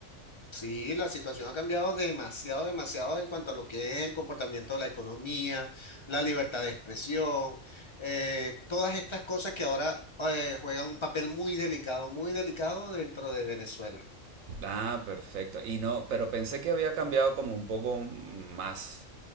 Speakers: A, on the left; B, on the right.
A: Sí, la situación ha cambiado demasiado, demasiado en cuanto a lo que es el comportamiento de la economía, la libertad de expresión, eh, todas estas cosas que ahora eh, juegan un papel muy delicado, muy delicado dentro de Venezuela.
B: Ah, perfecto. Y no, pero pensé que había cambiado como un poco más